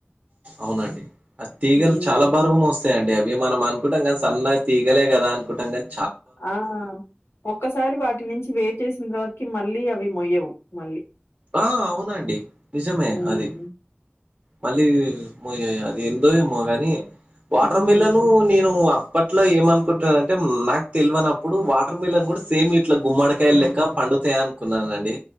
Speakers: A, on the right; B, on the left.
A: అవునండి ఆ తీగలు
B: హ్మ్.
A: చాలా బరువు మోస్తయండి అవి మనం అనుకుంటాం కానీ సన్నగా తీగలే కదా అనుకుంటాం కానీ
B: ఆ ఒక్కసారి వాటి నుంచి వేర్ చేసిన తర్వాతకి మళ్ళీ అవి మొయ్యవు మళ్ళీ
A: ఆ అవునండి నిజమే
B: హ్మ్.
A: అది మళ్ళీ మోయది ఎందో ఏమో గాని వాటర్
B: హ్మ్.
A: మిలన్ నేను అప్పట్ల ఏమనుకుంటురంటే నాకు తెలువనప్పుడు వాటర్ మిలన్ కూడా సేమ్ ఇట్లా గుమ్మడికాయలు లెక్క పండుతయ్ నుకున్నానండి